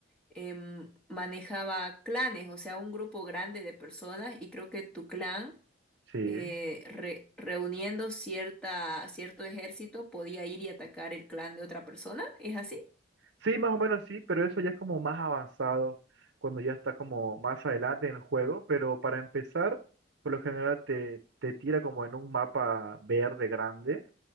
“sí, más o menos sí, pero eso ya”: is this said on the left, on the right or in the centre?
Right